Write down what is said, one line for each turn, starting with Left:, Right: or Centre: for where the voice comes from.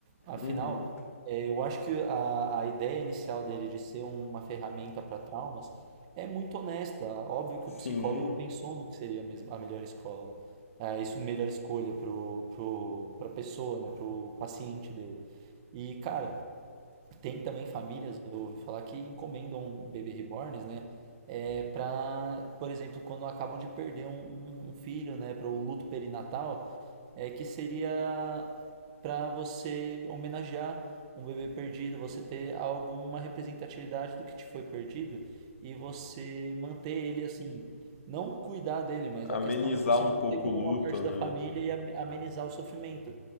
Right: Afinal,
Left: Uhum.
Right: é, eu acho que a, a ideia inicial dele de ser uma ferramenta para traumas é muito honesta. Óbvio que
Left: Sim,
Right: o psicólogo pensou no que seria mesmo a melhor escola, é, isso melhor escolha pro, pro, pra pessoa, né, pro paciente dele. E, cara, tem também famílias, eu ouvi falar que encomendam bebê reborns, né? É, para, por exemplo, quando acabam de perder um, um- um filho, né? Para o luto perinatal, é que seria para você homenagear um bebê perdido, você ter alguma representatividade do que te foi perdido e você manter ele assim. Não cuidar dele, mas
Left: amenizar
Right: a questão é você
Left: um
Right: manter
Left: pouco
Right: como
Left: o luto,
Right: uma parte da
Left: né?
Right: família e am- amenizar o sofrimento.